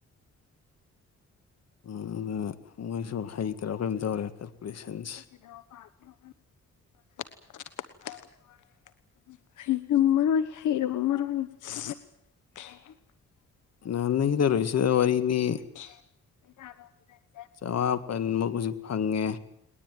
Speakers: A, on the left; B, on the left.
A: ꯑ ꯃꯣꯏꯁꯨ ꯍꯩꯇ꯭ꯔꯥ ꯀꯩꯝ ꯇꯧꯔꯦ ꯀꯥꯜꯀꯨꯂꯦꯁꯟꯁ
B: <inaudible> <inaudible> <inaudible>
A: ꯅꯍꯥꯟ ꯅꯒꯤꯗꯧꯔꯛꯁꯤꯗ ꯋꯥꯔꯤꯅꯤ
B: <inaudible>
A: ꯆꯥꯃꯥꯄꯟꯃꯨꯛ ꯍꯧꯖꯤꯛ ꯐꯪꯉꯦ